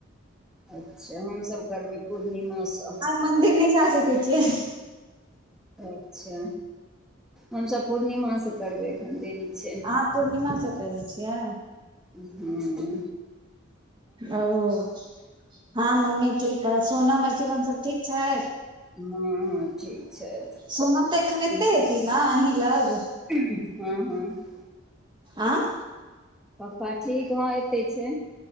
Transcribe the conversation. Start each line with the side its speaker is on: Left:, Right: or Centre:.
Centre: अच्छा हमसभ करबै पूर्णिमासँ।
Right: मन्दिर नय जा सकै छियै?
Centre: अच्छा। हमसब पूर्णिमा स करबे अख्खन देरी छै।
Right: आं पूर्णिमा सब करै छियै?
Centre: उहूं।
Right: ओ हँ मम्मी ठीक ह। सोनम अर् शिवम सब ठीक छै?
Centre: हँ-हं ठीक छैथ।
Right: सोनम तऽ एख्खन एत्ते हेती ने अहीं लग?
Centre: हँ -हँ
Right: आँ-
Centre: पप्पा ठीक? हं एत्तै छै।